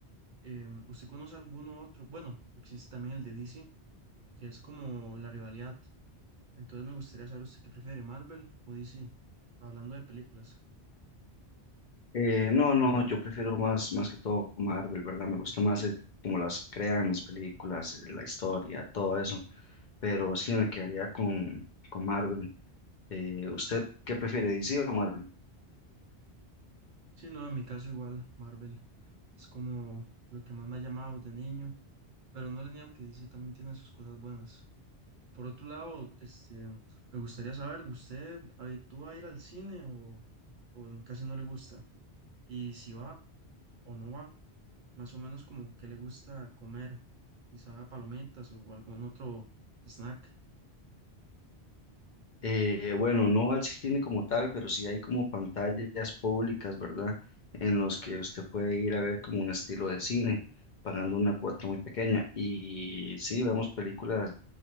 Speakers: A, on the right; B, on the left.
A: Em, ¿usted conoce alguno otro? Bueno, existe también el de DC, que es como la rivalidad. Entonces me gustaría saber usted qué prefiere, Marvel o DC, hablando de películas.
B: Eh, no, no, yo prefiero más, más que todo Marvel, ¿verdad? Me gusta más el- cómo las crean las películas, eh, la historia, todo eso. Pero sí me quedaría con, con Marvel. Eh, ¿usted qué prefiere, DC o Marvel?
A: Sí, no, en mi caso igual, Marvel es como lo que más me ha llamado de niño, pero no le niego que DC también tiene sus cosas buenas. Por otro lado, este, me gustaría saber, ¿usted habitúa a ir al cine o, o casi no le gusta? Y si va o no va, más o menos como que le gusta comer, quizá palomitas o algún otro snack.
B: Eh, bueno, no al cine como tal, pero sí hay como pantallas públicas, ¿verdad? En los que usted puede ir a ver como un estilo de cine, pagando una cuota muy pequeña. Y sí, vemos películas